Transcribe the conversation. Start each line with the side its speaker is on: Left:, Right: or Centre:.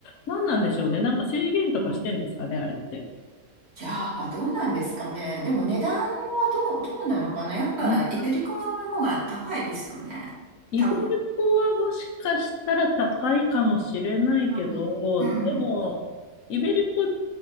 Left: 何なんでしょうね。なんか制限とかしてんですかね、
Right: うん。
Left: あれって。
Right: じゃあ、どうなんですかね。でも値段はどう、どうなのかな。やっぱイベリコの方が高いですよね。
Left: イイベルコはもしかしたら高いかもしれないけど、
Right: 多分。うん。うん。
Left: でも、イベリコ